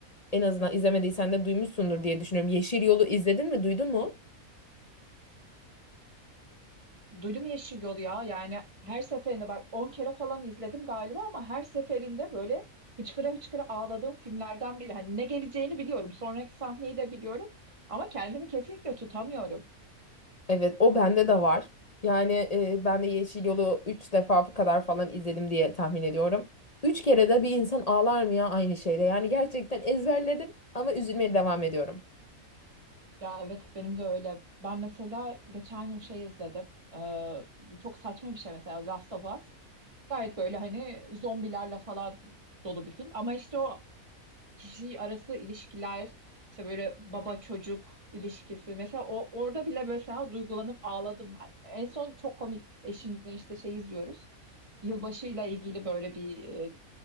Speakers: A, on the left; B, on the right.
A: en azından izlemediysen de duymuşsundur diye düşünüyorum. Yeşil Yol'u izledin mi, duydun mu?
B: Duydum Yeşil Yolu ya. Yani her seferinde bak 10 kere falan izledim galiba ama her seferinde böyle hıçkıra hıçkıra ağladığım filmlerden biri. Hani ne geleceğini biliyorum. Sonraki sahneyi de biliyorum. Ama kendimi kesinlikle tutamıyorum.
A: Evet, o bende de var. Yani e, ben de Yeşil Yol'u üç defa kadar falan izledim diye tahmin ediyorum. üç kere de bir insan ağlar mı ya aynı şeyde? Yani gerçekten ezberledim ama üzülmeye devam ediyorum.
B: Ya evet benim de öyle. Ben mesela geçen gün şey izledim. Ee, çok saçma bir şey mesela Last of Us. Gayet böyle hani zombilerle falan dolu bir film. Ama işte o kişi arası ilişkiler işte böyle baba çocuk ilişkisi mesela o orada bile mesela duygulanıp ağladım. En son çok komik eşimle işte şey izliyoruz. Yılbaşıyla ilgili böyle bir e,